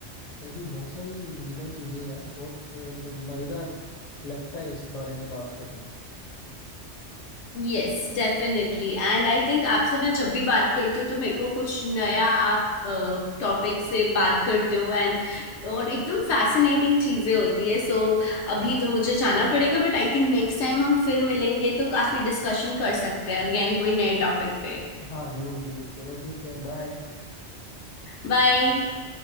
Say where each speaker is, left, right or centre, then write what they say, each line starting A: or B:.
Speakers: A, on the left; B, on the left.
A: तो ऐसी बहुत सारी मजेदार चीजें हैं यार बहुत अ, मतलब मजेदार लगता है इस बारे में बात करना
B: Yes definitely And I think आपसे मैं जब भी बात करती हूँ तो मेरे को कुछ नया आप टॉपिक से बात करते हो एंड और एकदम फैसिनेटिंग चीजें होती है सो so, अभी तो मुझे जाना पड़ेगा but I think next time हम फिर मिलेंगे तो काफी डिस्कशन कर सकते हैं अगेन कोई नए टॉपिक पे
A: हाँ जरूर जरूर चलो ठीक है बाय
B: बाय